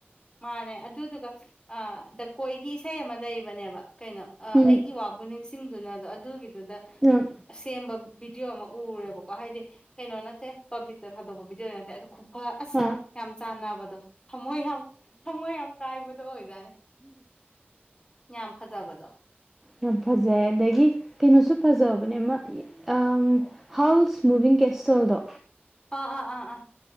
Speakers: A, on the left (about 20°); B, in the centre.
A: ꯃꯥꯅꯦ ꯑꯗꯨꯗꯨꯒ ꯑꯥ ꯗꯥ ꯀꯣꯏꯒꯤ ꯏꯁꯩ ꯑꯃꯥ ꯂꯩꯕꯅꯦꯕ ꯀꯩꯅꯣ ꯑꯥ
B: ꯎꯝ
A: ꯑꯩꯒꯤ ꯋꯥꯕꯨ ꯅꯤꯡꯁꯤꯡꯗꯨꯅ ꯗꯣ ꯑꯗꯨꯒꯤꯗꯨꯗ
B: ꯎꯝ
A: ꯁꯦꯝꯕ ꯕꯤꯗꯤꯑꯣ ꯑꯃꯥ ꯎꯔꯦꯕꯀꯣ ꯍꯥꯏꯗꯤ ꯀꯩꯅꯣ ꯅꯠꯇꯦ ꯄꯕ꯭ꯂꯤꯛꯇ ꯊꯥꯗꯣꯛꯄ ꯚꯤꯗꯤꯌꯣ ꯅꯠꯇꯦ ꯑꯗꯣ ꯈꯨꯐꯥ ꯑꯁ
B: ꯍꯥ
A: ꯌꯥꯝ ꯆꯥꯟꯅꯕꯗꯣ ꯊꯃꯣꯏ ꯌꯥꯝ ꯊꯝꯃꯣꯏ ꯌꯥꯝ ꯀꯥꯏꯕꯗꯣ ꯑꯣꯏꯖꯅꯦ ꯌꯥꯝ ꯐꯖꯕꯗꯣ
B: ꯌꯥꯝ ꯐꯖꯩ ꯑꯗꯒꯤ ꯀꯩꯅꯣꯁꯨ ꯐꯖꯕꯅꯦ ꯑꯃꯥ ꯑꯝ ꯍꯥꯎꯁ ꯃꯨꯚꯤꯡ ꯀꯦꯁꯇꯜꯗꯣ
A: ꯑꯥ ꯑꯥ ꯑꯥ